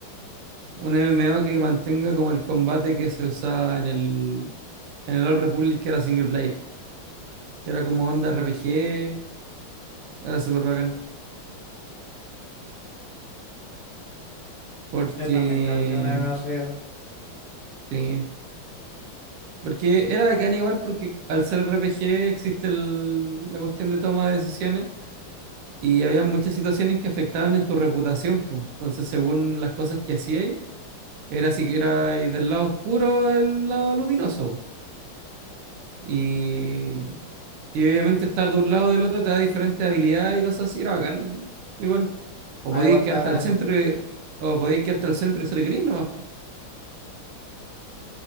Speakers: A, on the right; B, on the left.
A: Un MMO que mantenga como el combate que se usaba en el, en el Old Republic, que era single player, que era como onda RPG, era súper bacán. Porque,
B: Yo también creo que una MMO sería acá.
A: sí, porque era bacán igual porque al ser RPG existe el- la cuestión de toma de decisiones y había muchas situaciones que afectaban en tu reputación, pues. Entonces, según las cosas que hacíais, era si que era del lado oscuro o del lado luminoso. Y, y obviamente estar de un lado o del otro te da diferentes habilidades y cosas así, era bacán, igual. O
B: Ah,
A: podías
B: igual está
A: quedarte
B: acá
A: al
B: en
A: centro
B: eso.
A: y- o podías quedarte al centro y ser gris nomás,